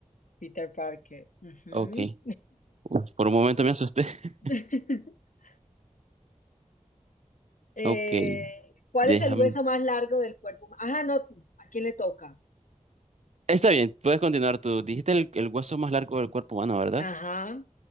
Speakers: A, on the left (about 85°); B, on the right (about 60°).
A: Peter Parker. Ujú.
B: Ok. Uf, por un momento me asusté. <laughs>
A: <laughs> Eh,
B: Ok,
A: ¿cuál
B: déjame.
A: es el hueso más largo del cuerpo? huma- Ajá, no, tú. ¿a quién le toca?
B: Está bien, puedes continuar tú. Dijiste el, el hueso más largo del cuerpo humano, ¿verdad?
A: Ajá.